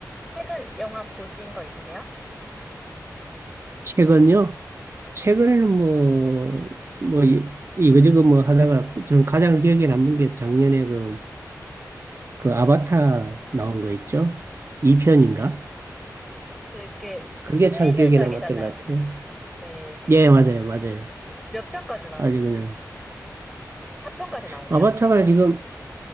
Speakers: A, in the centre; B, on the right.
A: 최근 영화 보신 거 있으세요?
B: 최근요? 최근에는 뭐, 뭐, 이- 이거저거 뭐 하다가 전 가장 기억에 남는 게 작년에 그, 그 아바타 나온 거 있죠? 2편인가?
A: 되게
B: 그게
A: 시리즈작이잖아요.
B: 참 기억에 남았던 것 같아요.
A: 네.
B: 예, 맞아요, 맞아요.
A: 몇 편까지 나온,
B: 아주 그냥.
A: 4편까지 나오나요?
B: 아바타가 지금,